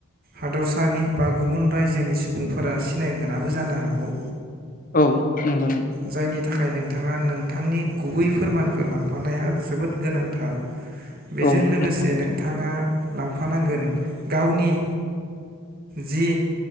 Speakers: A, on the right (about 45°); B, on the left (about 40°).
A: हादरसानि बा गुबुन रायजोनि सुबुंफोरा सिनाय मोनाबो जानो हागौ
B: औ नंगौ नंगौ
A: जायनि थाखाय नोंथाङा नोंथांनि गुबै फोरमानखौ लांफानाया जोबोद गोनांथार बेजों
B: औ
A: लोगोसे
B: नों
A: नोंथाङा
B: थां
A: लांफानांगोन गावनि जि